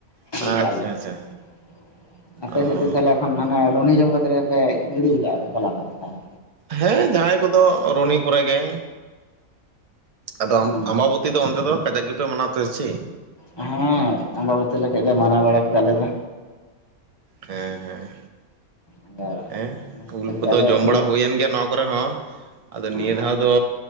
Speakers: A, on the right (about 40°); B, on the left (about 25°).
A: ᱟᱪᱪᱷᱟ
B: ᱦᱠᱟᱞᱮ <unintelligible>
A: ᱟᱪᱪᱷᱟ
B: ᱟᱯᱮ
A: ᱚ
B: ᱥᱛᱮ ᱛᱟᱦᱚᱞᱮ ᱦᱟᱱ ᱦᱟᱱᱮ ᱨᱩᱦᱱᱤ ᱡᱚᱢ ᱠᱟᱛᱮᱨ ᱯᱮ ᱜᱤᱰᱤᱭ ᱠᱟᱜᱼᱟ ᱛᱚᱞᱟ ᱠᱚᱫᱚ ᱛᱟᱦᱞᱮ?
A: ᱦᱮᱸ ᱡᱟᱦᱟᱸᱭ ᱠᱚᱫᱚ ᱨᱩᱱᱤ ᱠᱚᱨᱮ ᱜᱮ ᱟᱫᱚ
B: ᱦᱩᱸ
A: ᱟᱢᱵᱟᱵᱚᱛᱤ ᱫᱚ ᱚᱱᱛᱮ ᱫᱚ ᱠᱟᱡᱟᱠ ᱜᱮᱯᱮ ᱢᱟᱱᱟᱣᱛᱮ ᱪᱮᱫ
B: ᱦᱮᱸ ᱟᱢᱵᱟᱵᱚᱛᱤ ᱞᱮ ᱠᱟᱹᱡ ᱞᱮ ᱢᱟᱱᱟᱣ ᱵᱟᱲᱟ ᱠᱮᱫᱟ ᱟᱞᱮ ᱫᱚ᱾
A: ᱦᱮᱸ ᱦᱮᱸ
B: ᱟᱫᱚ
A: ᱮᱸ
B: ᱚᱱᱟ
A: ᱩᱞ
B: ᱠᱷᱟᱹᱛᱤᱨ
A: ᱠᱚᱫᱚ
B: ᱜᱮ ᱟᱫᱚ
A: ᱡᱚᱢ
B: ᱤᱭᱟᱹ
A: ᱵᱟᱲᱟ ᱦᱩᱭᱮᱱ ᱜᱮᱭᱟ ᱱᱚᱣᱟ ᱠᱚᱨᱮ ᱦᱚᱸ᱾ ᱟᱫᱚ ᱱᱤᱭᱟᱹ
B: ᱟᱨ
A: ᱫᱷᱟᱣ ᱫᱚ